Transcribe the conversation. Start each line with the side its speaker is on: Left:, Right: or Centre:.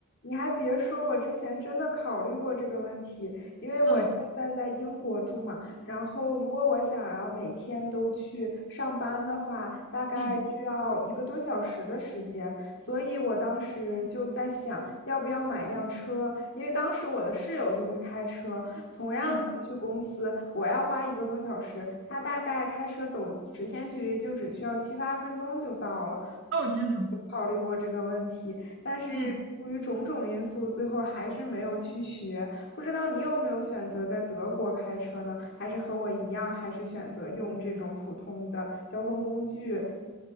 Left: 你还别说，我之前真的考虑过这个问题，因为我现在在英国住嘛，
Right: 嗯
Left: 然后如果我想要每天都去上班的话，大概需要一个多小时的时间，
Right: 嗯
Left: 所以我当时就在想，要不要买一辆车，因为当时我的室友就会开车，同样的去公司，
Right: 嗯，
Left: 我要花一个多小时，他大概开车走直线距离就只需要七八分钟就到了，
Right: 哦天呐，
Left: 考虑过这个问题，但是出于种种因素，
Right: 嗯。
Left: 最后还是没有去学。不知道你有没有选择在德国开车呢？还是和我一样，还是选择用这种普通的交通工具，